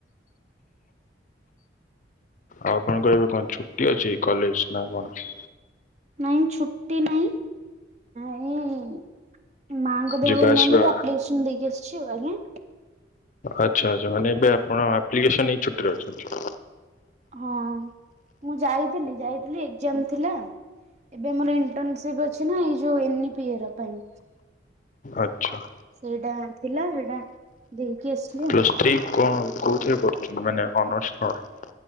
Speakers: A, on the left; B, on the right.
A: ଆଉ କ'ଣ କହିବେ କ'ଣ ଛୁଟି ଅଛି କଲେଜ ନା କ'ଣ।
B: ନାଇଁ ଛୁଟି ନାଇଁ ଆଉ। ମାଆଙ୍କ ଦେହ
A: ଯିବା
B: ଭଲ
A: ଆସିବା
B: ନାହିଁ ବୋଲି ଆପ୍ଲିକେସନ ଦେଇକି ଆସିଛି ଆଜ୍ଞା।
A: ଆଚ୍ଛା, ଆଚ୍ଛା ମାନେ ଏବେ ଆପଣ ଆପ୍ଲିକେସନ ନେଇ ଛୁଟିରେ ଅଛନ୍ତି।
B: ହଁ ମୁଁ ଯାଇଥିଲି, ଯାଇଥିଲି ଏକ୍ଜାମ। ଥିଲା ଏବେ ମୋର ଇଣ୍ଟନସିପ୍ ଅଛିନା ଏ ଯୋଉ ଏ ନି ପିୟର ପାଇଁ।
A: ଆଚ୍ଛା।
B: ସେଇଟା ଥିଲା ହେଇଟା ଦେଇକି ଆସିଲି
A: ପ୍ଲସ୍
B: ଆଉ।
A: ଥ୍ରୀ କ'ଣ କୋଉଥିରେ ପଢୁଛନ୍ତି ମାନେ ଅନର୍ସ କ'ଣ।